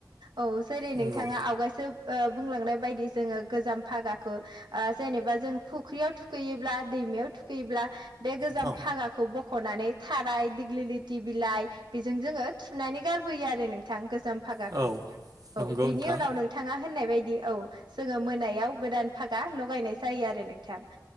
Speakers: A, on the right; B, on the right.
A: औ जेरै
B: नंगौ
A: नोंथाङा आवगायसो ओ बुंलांनाय बायदि जोङो गोजाम फागाखौ ओ जेनेबा जों फुख्रियाव थुखैयोब्ला दै मायाव थुखैयोब्ला बे गोजाम
B: औ
A: फागाखौ बख'नानै थाराय दिगलिलिथ थि बिलाइ बेजों जोङो थुनानै गारबोयो आरो नोंथां गोज जाम फागाखौ
B: औ
A: औ
B: नंगौ
A: बिनि
B: नोंथां
A: उनाव नोंथाङा होननाय बायदि औ जोङो मोनायाव गोदान फागा लगायनाय जायो आरो नोंथां।